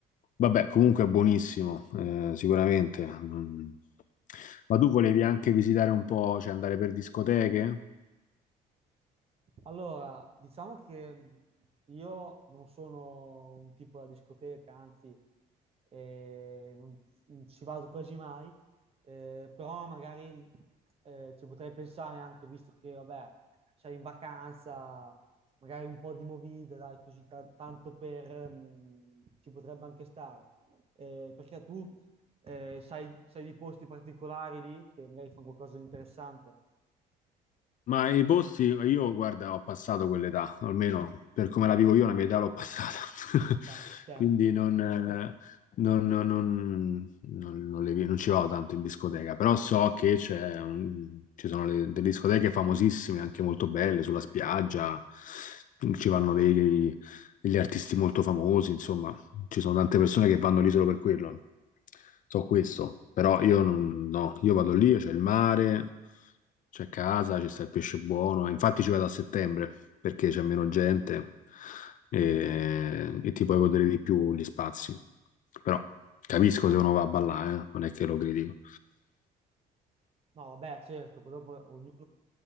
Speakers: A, on the left; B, on the right.
A: Vabbè, comunque è buonissimo, eh, sicuramente. Mm. Ma tu volevi anche visitare un po', cioè andare per discoteche?
B: Allora, diciamo che mh, io non sono un tipo da discoteca, anzi, eh, non, non ci vado quasi mai, eh, però magari eh, ci potrei pensare anche, visto che, vabbè, sei in vacanza, magari un po' di movida, dai, così ta- tanto per... mh, ci potrebbe anche stare. Eh, perché tu eh, sai, sai di posti particolari lì, che magari fanno qualcosa di interessante?
A: Ma i posti, io guarda, ho passato quell'età, almeno per come la vivo io, la mia età l'ho passata. <laughs>
B: Dai, ci sta.
A: Quindi non, eh, non, non- non- non- non le vi- non ci vado tanto in discoteca, però so che c'è un- ci sono le- delle discoteche famosissime, anche molto belle, sulla spiaggia, ci vanno dei- degli artisti molto famosi, insomma. Ci sono tante persone che vanno lì solo per quello. So questo, però io non, no, io vado lì, c'è il mare, c'è casa, ci sta il pesce buono. Infatti ci vado a settembre perché c'è meno gente e, e ti puoi godere di più gli spazi. Però capisco se uno va a ballare, eh, Non è che lo critico.
B: No, vabbè, certo, però poi ognuno